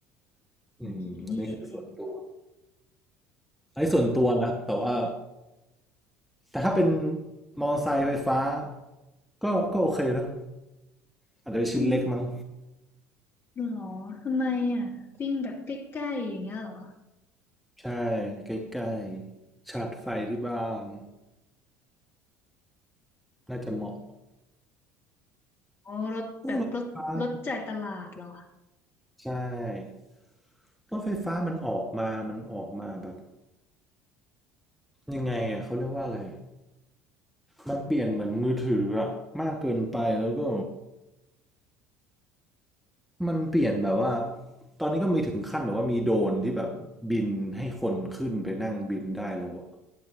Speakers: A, in the centre; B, on the left (about 30°).
A: <laughs>
B: อย่างนี้นี่เอง
A: อืมอันนี้คือส่วนตัว อันนี้ส่วนตัวนะแต่ว่าแต่ถ้าเป็นมอเตอร์ไซค์ไฟฟ้าก็ก็โอเคนะอาจจะเป็นชิ้นเล็กมั้ง
B: อืมหรอทำไมอ่ะวิ่งแบบใกล้ๆอย่างเงี้ยเหรอ
A: ใช่ใกล้ๆชาร์จไฟที่บ้านน่าจะเหมาะ
B: อ๋อรถแบบรถรถจ่ายตลาดเหรอ
A: โอ้รถไฟฟ้าใช่รถไฟฟ้ามันออกมามันออกมาแบบยังไงอ่ะเขาเรียกว่าอะไรมันเปลี่ยนเหมือนมือถืออะมากเกินไปแล้วก็มันเปลี่ยนแบบว่าตอนนี้ก็มีถึงขั้นแบบว่ามีโดรนที่แบบบินให้คนขึ้นไปนั่งบินได้แล้วอะ